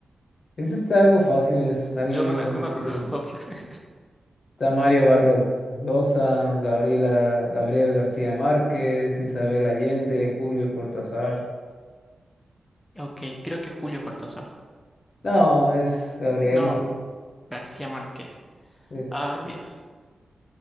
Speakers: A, on the left; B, on the left.
A: Ese está algo fácil, es alguien
B: Yo
A: bien
B: no la
A: conocido.
B: conozco. <laughs> Opciones.
A: Está Mario Vargas Llosa, Gabriela, Gabriel García Márquez, Isabel Allende, Julio Cortázar.
B: Ok, creo que Julio Cortázar.
A: No, es Gabriel.
B: No, García Márquez.
A: de
B: Ay, Dios.